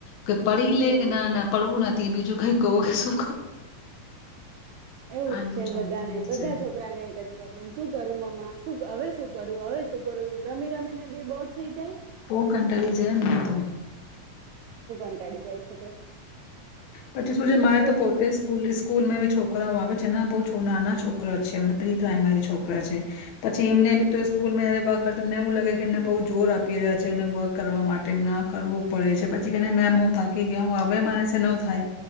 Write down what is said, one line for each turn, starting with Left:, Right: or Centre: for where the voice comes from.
Left: કે પડી
Right: હમ
Left: લે કે ના ના પડવું નથી. તે બીજું કઈ કહું સુ.
Right: એવું
Left: આમનું
Right: જ છે
Left: ચાલતું
Right: બધાને
Left: હોય
Right: બધા
Left: છે
Right: છોકરાને એક જ પ્રોબ્લેમ શું કરું મ હવે શું કરવું હવે સુ શું કરું રમી રમી ને બી બોર થઈ જાય.
Left: પો કંટાળી જાય એમને તો
Right: કાઢી જાય છે.
Left: પછી શું છે મારે
Right: સ્કૂલ
Left: તો પોતે સ્કૂલ સ્કૂલ મેં ભી છોકરાઓ આવે <unintelligible> બહુ છો નાના છોકરા છે મ પ્રી પ્રાાઈમરી છોકરા છે. પછી
Right: હમ
Left: એમને બી તો સ્કૂલમાં જયારે બાહ કરે તમને એવું લાગે કે એમને બઉુ જોર આપે. પૈદા થઈ ને વર્ક કરવા માટે એમને કરવું પડે છે પછી કેને મૈ બહું થાકી ગયા હું. મારાસી ન થાય